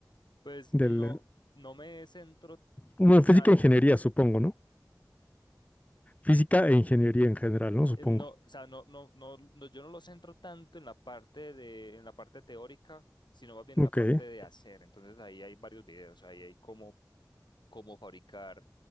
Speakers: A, on the left (about 90°); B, on the left (about 20°).
A: pues
B: del,
A: no, no me centro, o
B: bueno, física
A: sea,
B: e
A: como,
B: ingeniería, supongo, ¿no? Física e ingeniería en general,
A: eh,
B: ¿no? Supongo.
A: No, o sea, no, no, no, no, yo no lo centro tanto en la parte de, en la parte teórica, sino más bien
B: Ok.
A: en la parte de hacer.
B: <laughs>
A: Entonces ahí hay varios videos, ahí hay cómo, cómo fabricar